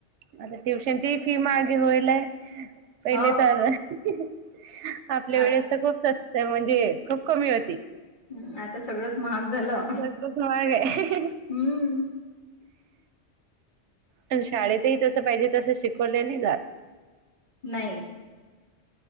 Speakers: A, on the right; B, on the left.
A: आता ट्युशनची फी मागे होईल आहे पहिले
B: हो
A: तर आपल्या
B: आ
A: वेळेस तर खूप सस्त म्हणजे खूप कमी होती.
B: ह आता सगळंच महाग झालं.
A: न वाग आहे.
B: हम्म
A: पण शाळेतही जसं पाहिजे तस शिकवल नाही जात.
B: नाही.